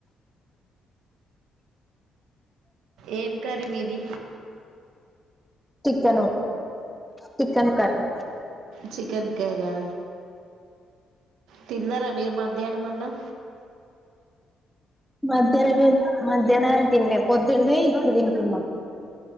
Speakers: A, on the right; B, in the centre.
A: ఏం కర్రీ మీది
B: chicken chicken curry
A: chicken curry ఆ తిన్నారా మీరు మధ్యాహ్నం అన్నం
B: మధ్యాహ్నమే మధ్యాహ్నమే తినేలె పొద్దుడుదే ఇప్పుడు తింటున్నాం